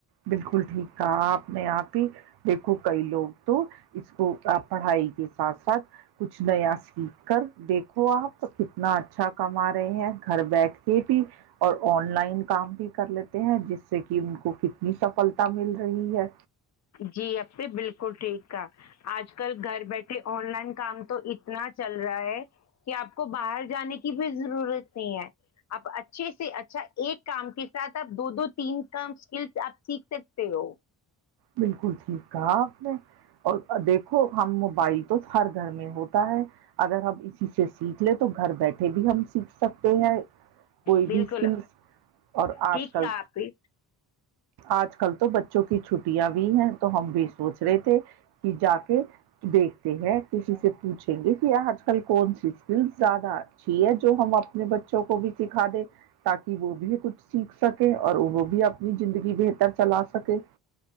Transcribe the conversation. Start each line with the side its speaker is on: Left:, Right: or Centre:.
Right: بالکل ٹھیک تھا آپ نے آپ ہی دیکھو کئی لوگ تو اس کو پڑھائی کے ساتھ ساتھ کچھ نیا سیکھ کر دیکھو آپ کتنا اچھا کما رہے ہیں گھر بیٹھ کے بھی اور آن لائن کام بھی کر لیتے ہیں جس سے ان کو کتنے <unintelligible> نی سفلتا مل رہی ہے
Left: جی اب سے بالکل ٹھیک ہے آج کل گھر بیٹھے آن لائن کام تو اتنا چل رہا ہے کہ آپ کو باہر جانے کی کی بھی ضرورت نہیں ہے آپ اچھے سے اچھا ایک کام کے ساتھ آپ دو دو تین کام اسکل آپ سیکھ سکتے ہو
Right: بالکل ٹھیک تھا آپ نے اور دیکھو ہم موبائک تو ہر گھر میں ہوتا ہے اگر ہم اسی سے <unintelligible> سیکھ لے تو گھر بیٹھے بھی ہم سیکھ سکتے ہیں کوئی
Left: بالکل
Right: بھی اسکلس اور آج
Left: ٹھیک
Right: کل
Left: کہا آپ نے
Right: آج کل تو بچے چونک چھٹی بھی ہیں تو ہم بھی سوچ رہے تھے جا کے دیکھتے ہیں کسی سے اچھ گی پ ہے حج کل کون سی چز زیادہ ا جو ہم اپنے بچوں کو بھی سکھا دے تاکہ وہ بھی کچھ سیکھ سکیں اور وہ بھی اپنی زندگی بہتر چلا سک سکے